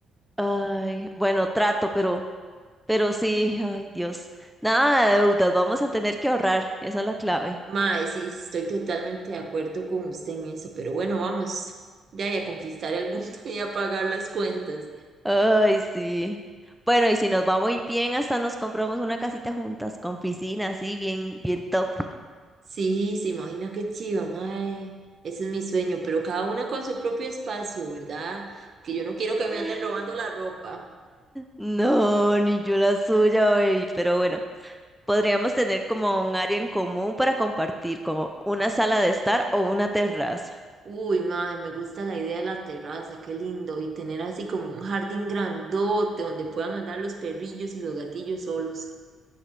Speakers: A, in the centre; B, on the right.
A: Ay, bueno, trato, pero Pero sí, ay Dios, nada de deudas, vamos a tener que ahorrar, esa es la clave.
B: Mae, sí, estoy totalmente de acuerdo con usted en eso, pero bueno, vamos ya y a conquistar el mundo <laughs> y a pagar las cuentas.
A: Ay, sí. Bueno, y si nos va muy bien, hasta nos compramos una casita juntas, con piscina, así, bien, bien top. <gasps>
B: Sí, se imagina qué chiva, mae. Ese es mi sueño, pero cada una con su propio espacio, ¿verdad? Que yo no quiero que me
A: <laughs>
B: anden robando la ropa.
A: No, ni yo la suya, baby, pero bueno, podríamos tener como un área en común para compartir, como una sala de estar o una terraza.
B: Uy, mae, me gusta la idea de la terraza, qué lindo. Y tener así como un jardín grandote donde puedan andar los perrillos y los gatillos solos.